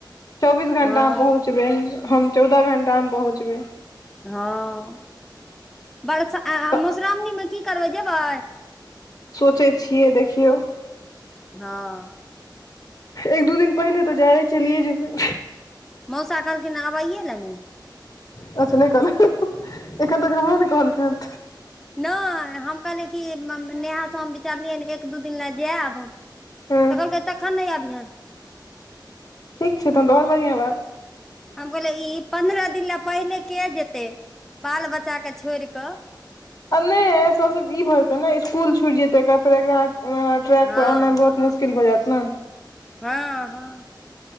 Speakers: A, on the left; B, in the centre.
A: चौबीस
B: हँ
A: घंटा में पहुँच पहुँचबै हम चौदह घण्टामे पहुँचबै
B: हँ बरसा
A: तऽ
B: मधुश्राओणीमे की करबै जेबै
A: सोचै छियै देखियौ
B: हँ
A: एक दू दिन पहिले तो जाय चलियए जेबै
B: मौसा कहलखिन आबइये ले नै
A: अच्छ नहि कहलक ह्ह ह्ह एखन तकऽ हमरो नै कहलखिन
B: नहि हम कहली कि नेहा से हम विचारलियै एक दू दिन ल जायब
A: हँ
B: त कहलकै तखन नहि अबिहैं
A: ठीक छै तहन त और बढ़ियां बात
B: हम कहलियै ई पन्द्रह दिन ल पहिले के जेतै बाल बच्चा के छोड़ कऽ
A: आ नहि सबसे ई भ जेतै ने स्कुल छूटि जेतै एकरा फेर एकरा ट्रैक
B: हँ
A: पर आननाइ बहुत मुश्किल <unintelligible> भऽ जायत ने
B: हँ हँ